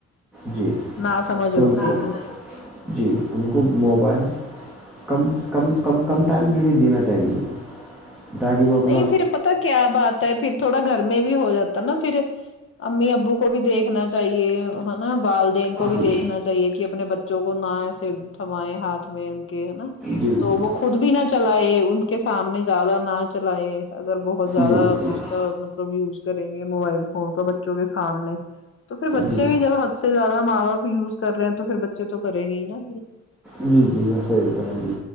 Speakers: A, in the centre; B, on the left.
A: جی
B: نا سمجھ
A: تو
B: ہوتے
A: ان کو
B: ہیں وہ
A: جی ان کو موبائل کم کم کم کم ٹائم کے لیے دینا چاہیے تاکہ وہ اپنا
B: نہیں پھر پتا کیا بات ہے پھر تھوڑا گھر میں بھی ہو جاتا نا پھر امی ابو کو بھی دیکھنا چاہیے ہے نا والدین کو بھی
A: جی
B: دیکھنا چاہیے کہ اپنے بچوں کو نہ تھمائے ہاتھ میں ان کے ہے نا
A: جی
B: تو
A: جی
B: وہ خود بھی نہ چلائے ان کے سامنے زیادہ نہ چلائے اگر بہت زیادہ
A: جی جی
B: اس کا مطلب یوز کریں گے موبائل فون کا بچوں کے سامنے تو پھر بچے
A: جی
B: بھی جب حد سے زیادہ ماں باپ یوز کر رہے ہیں تو پھر بچے تو کریں گے نا پھر
A: جی جی صحیح بات ہے جی